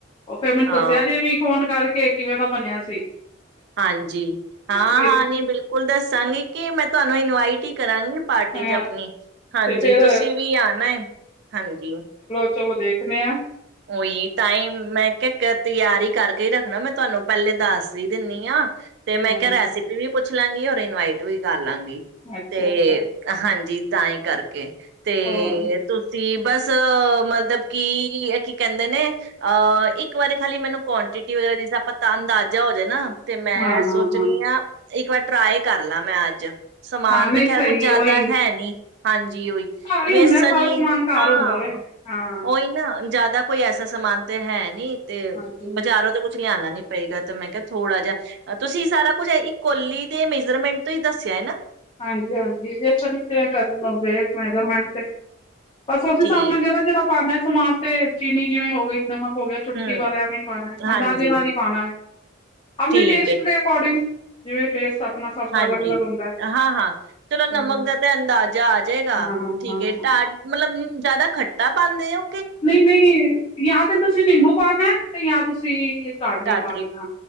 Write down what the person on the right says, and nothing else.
ਹਾਂ,
ਹਾਂਜੀ ਹਾਂ
ਹਾਂ ਨੀ ਬਿਲਕੁਲ ਦੱਸਾਂਗੀ, ਕਿ ਮੈਂ ਤੁਹਾਨੂੰ ਇਨਵਾਈਟ ਹੀ ਕਰਾਗੀ ਪਾਰਟੀ
ਚ ਆਪਣੀ ਹਾਂਜੀ
ਤੁਸੀਂ ਵੀ ਆਣਾ ਹੈ, ਹਾਂਜੀ।
ਉਹੀ ਤਾਂਹੀ ਮੈਂ ਕਿਹਾ ਤਿਆਰੀ ਕਰਕੇ ਰੱਖਣਾ ਮੈਂ ਤੁਹਾਨੂੰ ਪਹਿਲੇ ਦੱਸ ਹੀ ਦਿੰਨੀ ਆ ਤੇ ਮੈਂ
ਕਿਹਾ ਰੈਸਪੀ ਵੀ ਪੁੱਛ ਲਾਗੀ ਔਰ ਇਨਵਾਈਟ ਵੀ ਕਰ ਲਾਂਗੀ।
ਤੇ ਹਾਂਜੀ, ਤਾਂ ਹੀ ਕਰਕੇ ਤੇ
ਤੁਸੀਂ ਬਸ ਮਤਲਬ ਕਿ ਕੀ ਕਹਿੰਦੇ ਨੇ, ਅਹ ਇੱਕ ਵਾਰੀ ਖਾਲੀ ਮੈਨੂੰ ਕੁਆਂਟਿਟੀ ਵਗੈਰਾ ਪਤਾ ਅੰਦਾਜ਼ਾ ਹੋਜੇ ਨਾ ਤੇ ਮੈਂ
ਸੋਚ
ਰਹੀ ਹਾਂ ਇੱਕ ਵਾਰ ਟਰਾਈ ਕਰਲਾ ਮੈਂ ਅੱਜ ਸਮਾਨ
ਤੇ ਖੈਰ
ਕੁੱਝ ਜ਼ਿਆਦਾ
ਹੈ ਨੀ। ਹਾਂਜੀ। ਹਾਂਜੀ ਉਹੀ
ਵੇਸਣ
ਈ
ਐ
ਹਾਂ
ਓਹੀ ਨਾ। ਜ਼ਿਆਦਾ ਕੋਈ ਐਸਾ ਸਮਾਨ ਤੇ ਹੈ ਨੀ ਤੇ
ਬਾਜ਼ਾਰੋਂ ਤੇ ਕੁੱਛ ਲਿਆਉਣਾ ਨੀ ਪਏਗਾ ਤੇ ਮੈਂ ਕਿਹਾ ਥੋੜਾ ਜਿਹਾ ਤੁਸੀਂ ਸਾਰਾ ਕੁਛ ਇੱਕ ਕੋੱਲੀ ਦੇ ਮੇਜਰਮੈਂਟ ਤੋਂ ਹੀ ਦੱਸਿਆ ਹੈ ਨਾ।
ਠੀਕ
ਹਮ
ਹਾਂਜੀ
ਠੀਕ
ਹੈ
ਹਾਂਜੀ
ਹਾਂ ਹਾਂ, ਚਲੋ ਨਮਕ
ਦਾ ਤੇ ਅੰਦਾਜ਼ਾ ਆ ਜਾਏਗਾ
ਠੀਕ
ਹੈ
ਟਾ ਮਤਲਬ ਅਮ ਜਿਆਦਾ ਖੱਟਾ ਪਾਂਦੇ ਓ?
ਟਾਟਰੀ